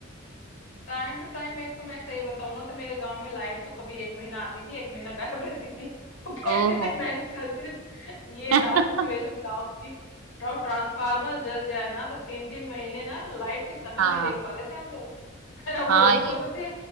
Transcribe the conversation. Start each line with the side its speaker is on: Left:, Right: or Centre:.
Left: टाइम टू टाइम एक तो मैं सही बताऊं ना तो मेरे गांव में लाइट तो कभी एक महीना आती थी एक महीना गायब रहती थी वो कैसे
Right: ओह
Left: मैं मैनेज करती थी? ये
Right: <laughs>
Left: था सिचुएशन गांव की और ट्रांसफार्मर जल जाए ना तो तीन तीन महीने ना लाइट की शक्ल
Right: हाँ
Left: नहीं देख पाते थे हम लोग है ना
Right: हाँ
Left: वो
Right: ये
Left: सोचते थे